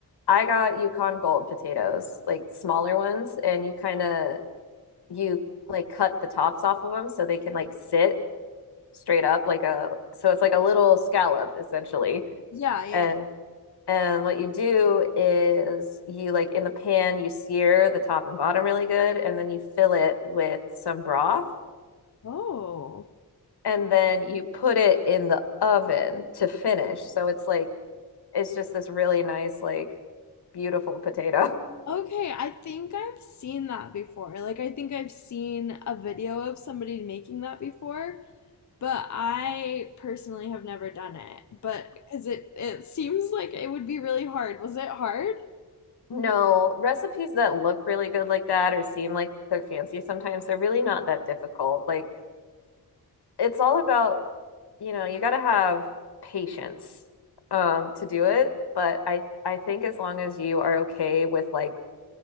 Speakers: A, on the left; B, on the left.
A: I got Yukon Gold potatoes, like smaller ones, and you kind of you like cut the tops off of them so they can like sit straight up like a so it's like a little scallop essentially.
B: Yeah, yeah,
A: And
B: yeah.
A: And what you do is you like in the pan, you sear the top and bottom really good, and then you fill it with some broth,
B: Oh.
A: and then you put it in the oven to finish. So it's like it's just this really nice, like beautiful potato. <laughs>
B: Okay, I think I've seen that before. Like I think I've seen a video of somebody making that before. But I personally have never done it. But because it it seems like it would be really hard. Was it hard?
A: No, recipes that look really good like that or seem like they're fancy sometimes, they're really not that difficult. Like it's all about you know, you got to have patience um to do it, but I I think as long as you are okay with like